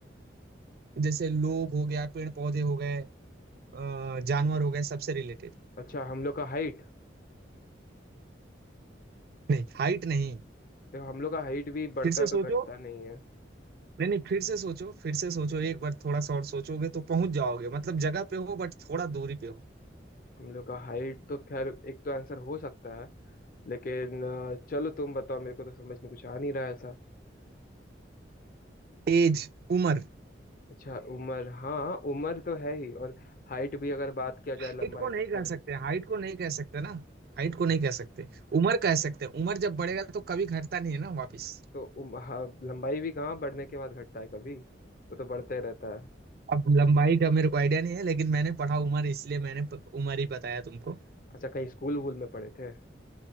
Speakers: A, on the right; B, on the left.
A: जैसे लोग हो गया पेड़ पौधे हो गए अ, जानवर हो गए सबसे रिलेटेड
B: अच्छा हम लोग का हाइट
A: नहीं हाइट नहीं
B: देखो हम लोग का हाइट भी बढ़ता
A: फिर से
B: है
A: सोचो
B: तो घटता नहीं है
A: नहीं नहीं फिर से सोचो फिर से सोचो एक बार थोड़ा सा और सोचोगे तो पहुंच जाओगे मतलब जगह पे हो बट थोड़ा दूरी पे हो
B: हम लोग का हाइट तो खैर एक तो आंसर हो सकता है लेकिन अ, चलो तुम बताओ मेरे को तो समझ में कुछ आ नहीं रहा है ऐसा
A: एज उम्र
B: अच्छा उम्र हाँ उम्र तो है ही और हाइट भी अगर बात किया जाए
A: हाइट
B: लंबाई
A: को नहीं
B: तो
A: कह
B: फिर
A: सकते हाइट को नहीं कह सकते ना हाइट
B: तो,
A: को नहीं कह सकते उम्र कह सकते हैं उम्र जब बढ़ेगा तो कभी घटता नहीं है ना वापस
B: तो उम, हाँ, लंबाई भी कहाँ बढ़ने के बाद घटता है कभी वो तो बढ़ते रहता है
A: अब लंबाई का मेरे को आइडिया नहीं है लेकिन मैंने पढ़ा उम्र इसलिए मैंने प- उम्र ही बताया तुमको
B: अच्छा कहीं स्कूल वूल में पढ़े थे